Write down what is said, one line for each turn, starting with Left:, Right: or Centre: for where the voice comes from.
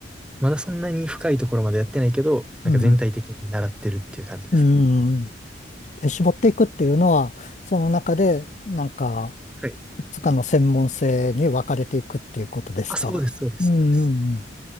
Centre: まだそんなに深いところまでやってないけど、なんか全体的に習ってるっていう感じですね。
Left: うん、うん。で絞っていくっていうのは、その中で、なんか、
Centre: はい。
Left: いくつかの専門性に分かれていくっていうことですか。
Centre: あ、そうです、そうです。
Left: うん、
Centre: そうです
Left: うんうん